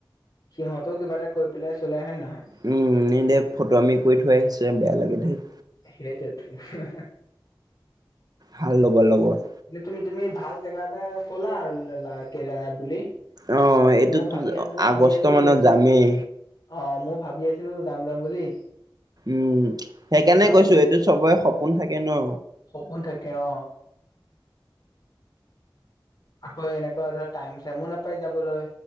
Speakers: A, on the left (about 50°); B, on the right (about 50°).
A: সিহতেও কিবা এটা কৰি পেলাই চুলাই হয় নে নহয়।
B: উম, নি দে ফটোৱামি কৈ থৈ আহিছে বেয়া লাগে ধেত।
A: সেইটোৱেতো হ- হ - হ
B: ভাল লব লগৰ।
A: এনেই তুমি - তুমি ভাল জেগা এটা কলা আৰু কেদাৰনাথ বুলি-
B: অ এইটোতো
A: মই ভাবি মই
B: আগষ্ট
A: ভাবি আছিলো
B: মানত
A: বহুদিন।
B: যামেই।
A: অ, মৌ ভাবি আছিলো যাম - যাম বুলি।
B: উম, সেইকাৰণে
A: যাবলৈ
B: কৈছো এইটো চবৰে সপোন থাকে ন।
A: সপোন থাকে অ, আকৌ এনেকুৱা ধৰ টাইম চাইমো নাপায় যাবলৈ।